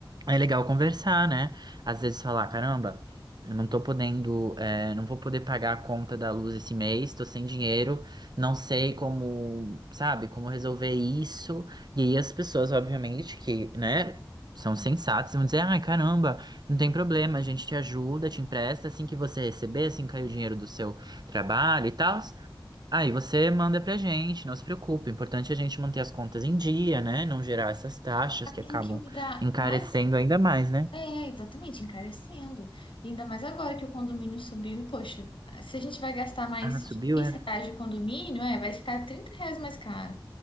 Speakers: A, on the right; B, on the left.
A: é legal conversar, né? Às vezes falar, caramba, eu não tô podendo, é, não vou poder pagar a conta da luz esse mês, tô sem dinheiro, não sei como, sabe, como resolver isso. E aí as pessoas, obviamente, que, né, são sensatas, vão dizer, ai, caramba, não tem problema, a gente te ajuda, te empresta, assim que você receber, assim que cair o dinheiro do seu trabalho e tal. Aí você manda pra gente, não se preocupe. O importante é a gente manter as contas em dia, né? Não gerar essas taxas que
B: Mas
A: acabam
B: o que me dá
A: encarecendo
B: mais
A: ainda mais, né?
B: É, exatamente, encarecendo. E ainda mais agora que o condomínio subiu, poxa, se a gente vai gastar mais
A: Ah, subiu,
B: 15
A: é?
B: reais de condomínio, é, vai ficar 30 reais mais caro.